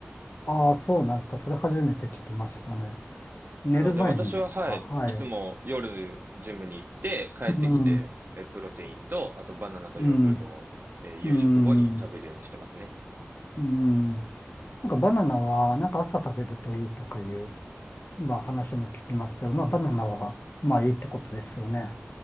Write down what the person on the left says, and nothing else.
ああ、そうなんですか。それ初めて聞きましたね。寝る前にですか。
はい。
うん。
うん。
うん。うん。なんかバナナは、なんか朝食べるといいとかいう、まあ話も聞きますけど、まあバナナは、まあいいってことですよね。